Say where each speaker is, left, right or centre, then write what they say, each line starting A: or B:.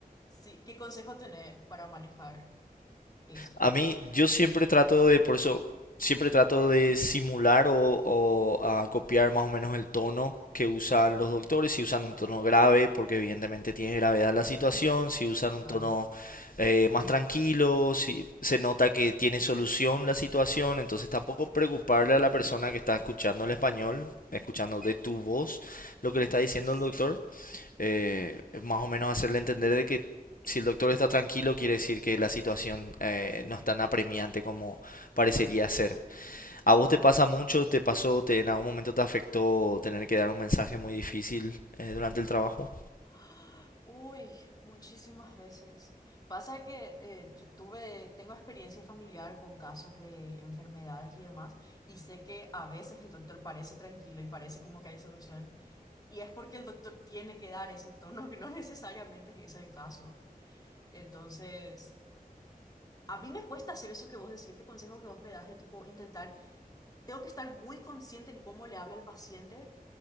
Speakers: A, on the left; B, on the left.
A: Sí, ¿qué consejo tenés para manejar eso?
B: A mí, yo siempre trato de, por eso, siempre trato de simular o, o, ah, copiar más o menos el tono que usan los doctores, si usan un tono grave, porque evidentemente tiene gravedad la situación, si usan un
A: Claro.
B: tono eh, más tranquilo, si se nota que tiene solución la situación, entonces tampoco preocuparle a la persona que está escuchando el español, escuchando de tu voz lo que le está diciendo
A: Sí.
B: el doctor, eh, más o menos hacerle entender de que si el doctor está tranquilo, quiere decir que la situación eh, no es tan apremiante como parecería ser. ¿A vos te pasa mucho? ¿Te pasó? Te, ¿En algún momento te afectó tener que dar un mensaje muy difícil eh, durante el trabajo?
A: ¡Ah! Uy, muchísimas veces. Pasa que eh, yo tuve, tengo experiencia familiar con casos de enfermedades y demás, y sé que a veces el doctor parece tranquilo y parece como que hay solución, y es porque el doctor tiene que dar ese tono que no <laughs> necesariamente es el caso. Entonces, a mí me cuesta hacer eso que vos decís, este consejo que vos me das de tipo intentar tengo que estar muy consciente en cómo le habla al paciente